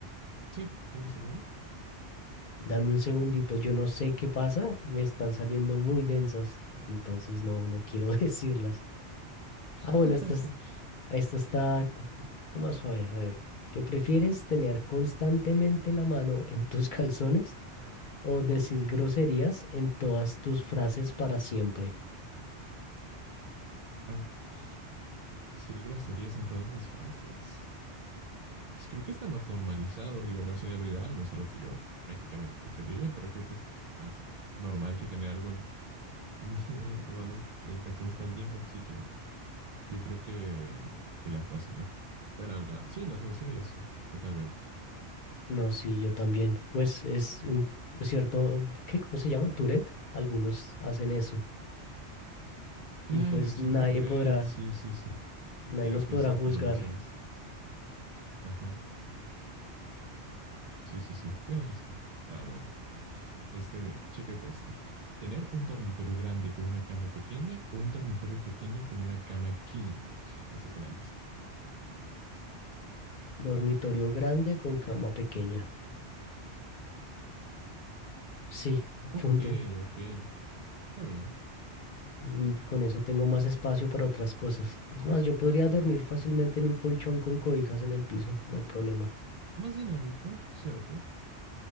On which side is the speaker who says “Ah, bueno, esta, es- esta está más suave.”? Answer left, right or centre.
Left